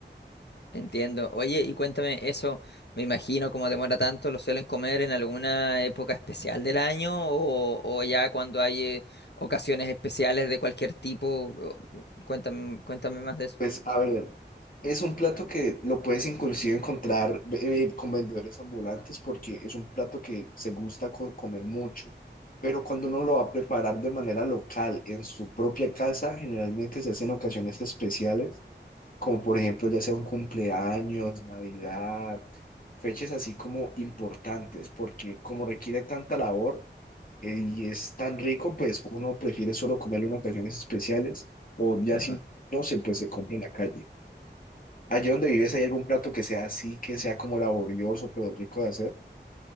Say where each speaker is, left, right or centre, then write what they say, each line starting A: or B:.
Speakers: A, on the left; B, on the left.
A: entiendo. Oye, y cuéntame eso, me imagino cómo demora tanto, ¿lo suelen comer en alguna época especial del año o, o ya cuando hay eh, ocasiones especiales de cualquier tipo? O- Cuéntame, cuéntame más de
B: Pues a ver, es un plato que lo puedes inclusive encontrar eh, con vendedores ambulantes porque es un plato que se gusta co- comer mucho, pero cuando uno lo va a preparar de manera local en su propia casa, generalmente se hacen ocasiones especiales, como por ejemplo ya sea un cumpleaños, Navidad, fechas así como importantes, porque como requiere tanta labor eh, y es tan rico, pues uno prefiere solo comerlo en ocasiones especiales o ya
A: eso.
B: si no se pues se compra en la calle. Allí donde vives, ¿hay algún plato que sea así, que sea como laborioso, pero rico de hacer?